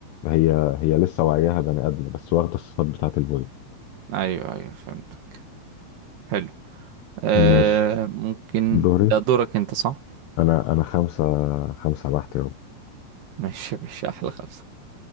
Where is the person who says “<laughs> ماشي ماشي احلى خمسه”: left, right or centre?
Right